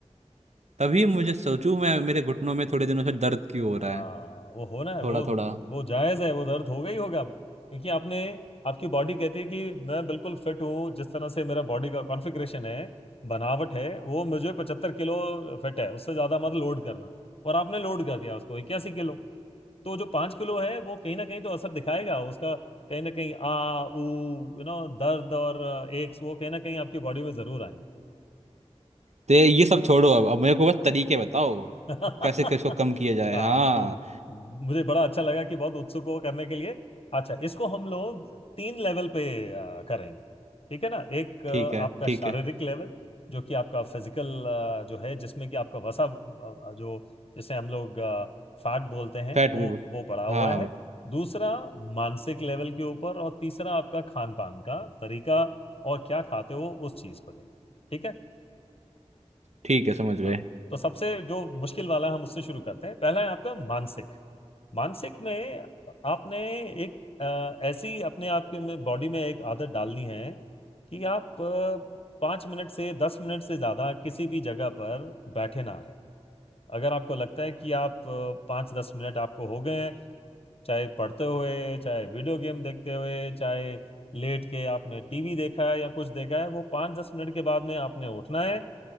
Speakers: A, on the right; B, on the left.
A: तभी मुझे सोचूं मैं मेरे घुटनों में थोड़े दिनों से दर्द क्यों हो रहा
B: आ,
A: है
B: वो होना है
A: थोड़ा
B: वो
A: थोड़ा
B: वो जायज़ है वो दर्द होगा ही होगा अब क्योंकि आपने आपकी बॉडी कहती है कि मैं बिल्कुल फिट हूँ जिस तरह से मेरा बॉडी का कॉन्फिग्रेशन है बनावट है वो मुझे पचहत्तर किलो फिट है उससे ज़्यादा मत लोड करना और आपने लोड कर दिया उसको इक्यासी किलो तो जो पाँच किलो है वो कहीं ना कहीं तो असर दिखाएगा उसका कहीं ना कहीं आ ऊ यू नो दर्द और एक्स वो कहीं ना कहीं आपकी बॉडी में जरूर आएंगे
A: तो ये ये सब छोड़ो अब अब मेरे को बस तरीके बताओ
B: <laughs> हाँ
A: कि कैसे किसको कम किया जाए हाँ
B: तो मुझे बड़ा अच्छा लगा कि बहुत उत्सुक हो करने के लिए अच्छा इसको हम लोग तीन लेवल पे आ, करेंगे ठीक है ना एक आ,
A: ठीक है
B: आपका
A: ठीक
B: शारीरिक
A: है
B: लेवल जो कि आपका फिजिकल आ, जो है जिसमें कि आपका वसा आ, जो जिसे हम लोग फैट बोलते हैं
A: फैट
B: वो
A: भी बोल
B: वो बढ़ा हुआ
A: हाँ हाँ,
B: है दूसरा मानसिक लेवल के ऊपर और तीसरा आपका खान पान का तरीका और क्या खाते हो उस चीज को लेकर ठीक है
A: ठीक है समझ गए
B: हाँ, तो सबसे जो मुश्किल वाला हम उससे शुरू करते हैं पहला है आपका मानसिक मानसिक में आपने एक अ, ऐसी अपने आप के में बॉडी में एक आदत डालनी है कि आप अ, पाँच मिनट से दस मिनट से ज़्यादा किसी भी जगह पर बैठे ना रहें अगर आपको लगता है कि आप अ, पाँच दस मिनट आपको हो गए हैं चाहे पढ़ते हुए चाहे वीडियो गेम देखते हुए चाहे लेट के आपने टीवी देखा है या कुछ देखा है वो पाँच दस मिनट के बाद में आपने उठना है